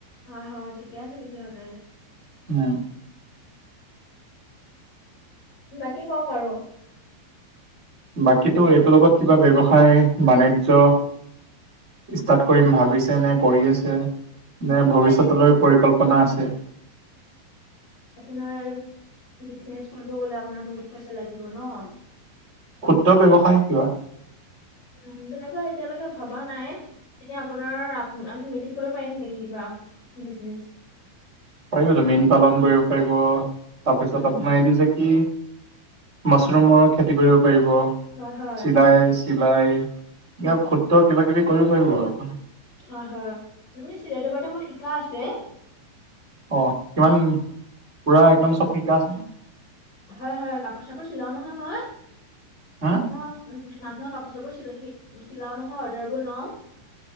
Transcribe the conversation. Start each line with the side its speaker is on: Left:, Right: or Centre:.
Left: হয়-হয়, ঠিকে আছে তেতিয়াহ'লে।
Right: উম!
Left: বাকী কওক আৰু?
Right: বাকীতো এইটোৰ লগত কিবা ব্যৱসায়, বাণিজ্য ষ্টাৰ্ট কৰিম ভাবিছে নে, কৰি আছে নে ভৱিষ্যতলৈ
Left: নাই, নাই তেনে
Right: পৰিকল্পনা আছে?
Left: আপোনাৰ বিজনেছ কৰিব গ'লে আপোনাৰ বহুত পইচা লাগিব ন।
Right: ক্ষুদ্ৰ ব্যৱসায় কিবা?
Left: উম! তেনেকুৱা এতিয়ালৈকে ভবা নাই। এনেই আপোনাৰ আমি মিলি কৰিব পাৰিম নেকি কিবা বিজনেছ?
Right: পাৰিবটো মীন পালন কৰিব পাৰিব তাৰপিছত
Left: উম,
Right: আপোনাৰ এইটো যে কি মচৰুমৰ খেতি কৰিব পাৰিব,
Left: হয়, হয়।
Right: চিলাই চিলাই এনে ক্ষুদ্ৰ কিবা-কিবি কৰিব পাৰিব আৰু।
Left: হয়-হয়। <unintelligible> চিলাইটো বাৰু মই শিকা আছে।
Right: অঁ! কিমান পুৰা একদম চব শিকা আছে নে?
Left: হয়-হয়, কাপোৰ-চাপোৰ চিলাও নহয় মই
Right: হা
Left: মানুহৰ। উম! মানুহৰ কাপোৰ-চাপোৰ চি-চিলাও নহয় অৰ্ডাৰবোৰ লওঁ।